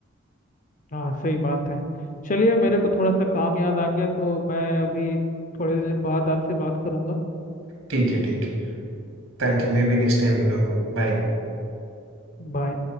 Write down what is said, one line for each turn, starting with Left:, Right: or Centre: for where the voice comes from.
Left: हाँ सही बात है चलिए मेरे को थोड़ा सा काम याद आ गया तो मैं अभी थोड़ी देर बाद आपसे बात करूंगा
Right: ठीक है ठीक है Thank you मैं भी नेक्स्ट टाइम मिलूंगा बाय
Left: बाय